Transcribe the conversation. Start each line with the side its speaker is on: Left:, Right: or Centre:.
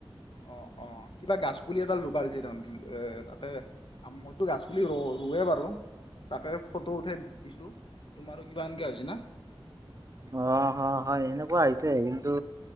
Left: অ', অ', কিবা গছপুলি এডাল ৰুবা দিছে তহন এ তাতে মইতো গাছ পুলি ৰ ৰুৱে বাৰু তাকে ফটো উঠাই দিছো। তোমাৰ কিবা এনকা হৈছে না
Right: অ', অ', হয় সেনেকুৱা হৈছে কিন্তু